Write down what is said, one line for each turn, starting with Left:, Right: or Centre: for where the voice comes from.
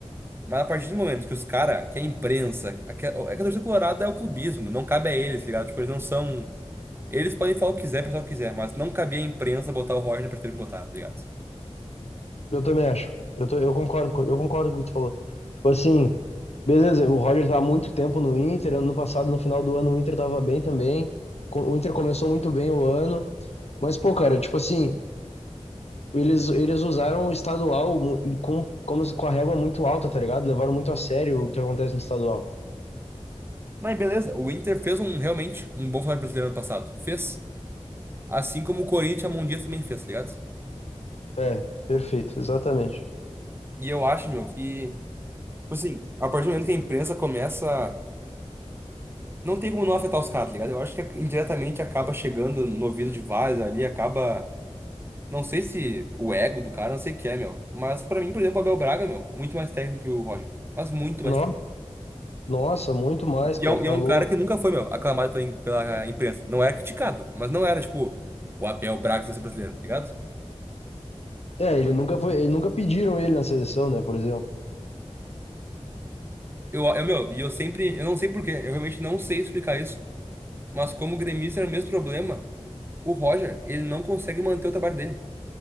Right: Mas a partir do momento que os caras, que a imprensa, a, que a, é que a torcida colorada é o clubismo, não cabe a eles, tá ligado? Tipo, eles não são. Eles podem falar o que quiser, pensar o que quiser, mas não cabia a imprensa botar o Roger na perspectiva que botar, tá ligado?
Left: Eu também acho. Eu, tô- eu concordo com, eu concordo com o que tu falou. Tipo assim, beleza, o Roger tá há muito tempo no Inter. Ano passado, no final do ano, o Inter tava bem também. Co- O Inter começou muito bem o ano. Mas, pô, cara, tipo assim, eles, eles usaram o estadual mu- e com, como, se- com a régua muito alta, tá ligado? Levaram muito a sério o que acontece no estadual.
Right: Mas beleza, o Inter fez um realmente um bom Campeonato Brasileiro ano passado. Fez. Assim como o Corinthians e a Mão Dias também fez, tá ligado?
Left: É, perfeito, exatamente.
Right: E eu acho, meu, que, tipo assim, a partir do momento que a imprensa começa. Não tem como não afetar os caras, tá ligado? Eu acho que indiretamente acaba chegando no ouvido de vários ali, acaba. Não sei se o ego do cara, não sei o que é, meu. Mas pra mim, por exemplo, o Abel Braga, meu, muito mais técnico que o Roger. Mas muito mais
Left: No-
Right: técnico.
Left: Nossa, muito mais, cara,
Right: E é um,
Left: tá
Right: e é um
Left: louco.
Right: cara que nunca foi, meu, aclamado pela, im- pela imprensa. Não era criticado, mas não era, tipo, o Abel Braga da seleção brasileira, tá ligado?
Left: É, ele nunca foi, ele nunca pediram ele na seleção, né, por exemplo.
Right: Eu, eu, meu, e eu sempre, eu não sei por quê, eu realmente não sei explicar isso. Mas como o gremista era o mesmo problema, o Roger, ele não consegue manter o trabalho dele.